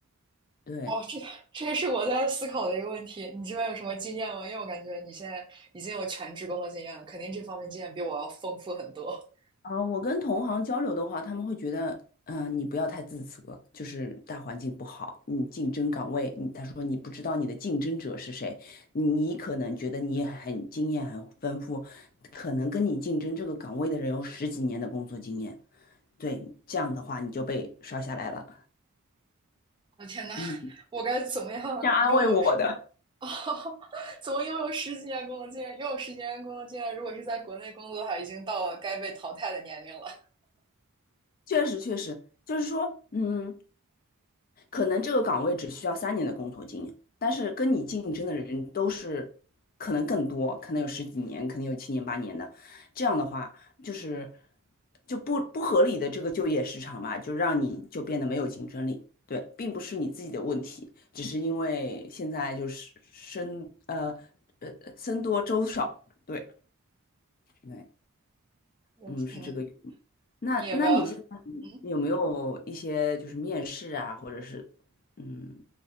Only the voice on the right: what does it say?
哦，这这也是我在思考的一个问题。你这边有什么经验吗？因为我感觉你现在已经有全职工作经验了，肯定这方面经验比我要丰富很多。<laughs>
我的天呐，
我该怎么样用
哦，<laughs> 怎么又有十几年工作经验？又有十几年工作经验，如果是在国内工作的话，已经到了该被淘汰的年龄了。
嗯嗯，
你也不要，嗯，